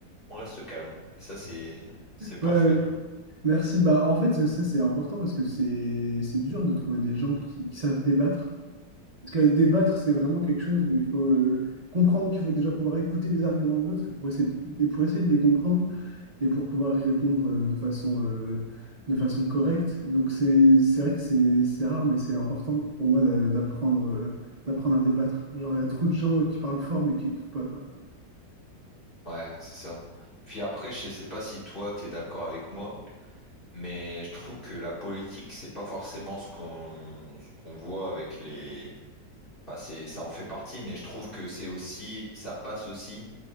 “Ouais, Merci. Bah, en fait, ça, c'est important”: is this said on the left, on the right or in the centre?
Right